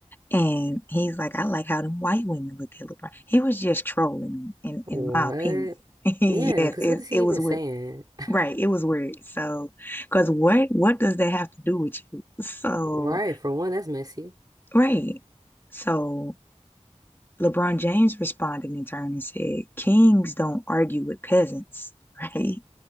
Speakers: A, on the left; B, on the right.
A: And he's like, I like how them white women look at LeBron. He was just trolling, in
B: What?
A: in my opinion. <laughs> Yes,
B: Yeah, because
A: it
B: what is he
A: it
B: even
A: was weird.
B: saying? <laughs>
A: Right, it was weird. So, because what what does that have to do with you? So,
B: Right, for one, that's messy.
A: right. So LeBron James responded in turn and said, Kings don't argue with peasants, <laughs> right?